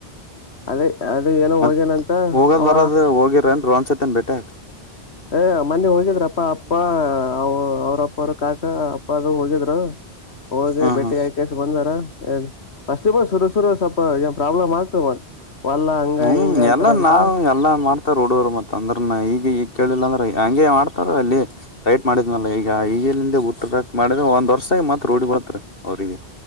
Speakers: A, on the left; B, on the left.
A: ಅದೇ. ಅದೇ ಏನೋ
B: ಮತ್
A: ಹೋಗ್ಯನಂತ
B: ಹೋಗದ್
A: ಅವ
B: ಬರದ ಹೋಗಿರೇನ್ರೀ ಒನ್ಸತ್ತನ್ ಬೆಟ್ಟಿ ಆಗಾಕ
A: ಏ ಮೊನ್ನೆ ಹೋಗಿದ್ರಪ್ಪ ಅಪ್ಪ ಅವ್ರಪ್ಪ ಅವರು ಕಾಕಾ ಅಪ್ಪ ಅದು ಹೋಗಿದ್ ಹೋಗಿ
B: ಹಾ
A: ಭೇಟಿ
B: ಹಾ
A: ಆಗಿಕಾಷ್ ಬಂದಾರ. ಏ ಫಸ್ಟೀಗ ಶುರು ಶುರು ಸ್ವಲ್ಪ ಏನ್ ಪ್ರಾಬ್ಲಮ್ ಆಗ್ತದ್ ಮತ್ ವಲ್ಲ ಹಂಗ
B: ಹ್ಮ್
A: ಹಿಂಗ ಅಂತಾರಂತ
B: ಎಲ್ಲ ನಾವ ಎಲ್ಲಾ ಮಾಡ್ತಾರ ಹುಡ್ಗೂರು ಮತ್ತ ಅಂದ್ರನ ಈಗ ಈ ಕೇಳಿಲ್ಲಾಂದ್ರ ಹಂಗೆ ಮಾಡ್ತಾರ ಅಲ್ಲಿ. ಟೈಟ್ ಮಾಡಿದ್ನಲ್ಲ ಈಗ ಈಗಲಿಂದ ಹುಟ್ಟಕಟ್ಟ ಮಾಡಿರ ಒಂದ್ ವರ್ಷದಾಗ ಮತ್ ರೂಡಿ ಬೀಳ್ತಾರ ಅವ್ರಿಗೆ.